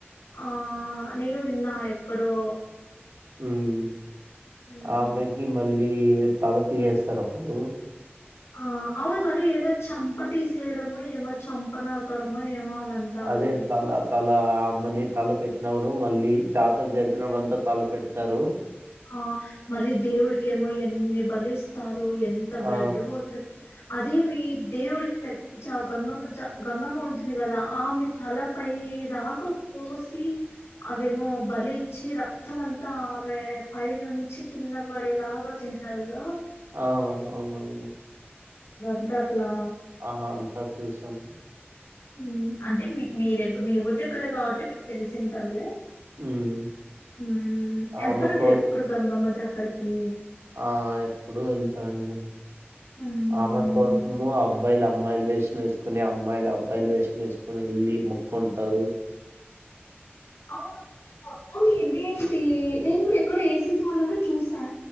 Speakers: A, on the left (about 85°); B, on the right (about 85°).
A: ఆ నేనూ విన్నా ఎక్కడో
B: ఉమ్
A: మ్
B: ఆమెకి మళ్ళీ ఏద్ తల తీయేస్తారు అప్పుడు
A: ఆ అవును మరి ఏదో చంప తీసేయడమో ఏమో చంప నరకడమో ఏమో అని అంటారు
B: అదే తలధ్ తల ఆ అమ్మని తల పెట్టినవుడు మళ్ళీ జాతర జరిపినప్పుడు అంతా తల పెడతారు
A: ఆ మరి దేవుడికేమో ఎన్ని బలిస్తా రు ఎంత
B: ఆ!
A: బ్లడ్ పోతద్ది అదేమీ దేవుడికి పె చ గంగమ్మ జ గంగమ్మ ఉంటుంది కదా ఆమె తలపై దాకా కోసి అవేమో బలిచ్చి రక్తం అంతా ఆమె పై నుంచి కింద పడేలాగా చేసారు కదా
B: అవున్ అవునవును
A: గంతట్లా
B: ఆ అంతా చూసాం
A: మ్ అంటే మీ మీ దగ్ మీ ఊరి దగ్గరే కాబట్టి మీకు తెలిసింటాదిలే
B: హ్మ్.
A: మ్ ఎళ్తారా
B: ఆమె
A: మీరు
B: కో
A: ఎప్పుడూ గంగమ్మ జాత్ క్కడికి
B: ఆ ఎప్పుడు ఎంత అండి
A: ఉమ్,
B: ఆమె కోసము అబ్ అబ్బాయిలు అమ్మాయిలు వేషం వేసుకొని అమ్మాయిలు అబ్బాయిలు వేషం వేసుకొని ఎల్లి మొక్కుంటారు
A: అవును అవును ఇదేంటి నేను కూడా ఎక్కడో ఏ సినిమాలోనో చూసా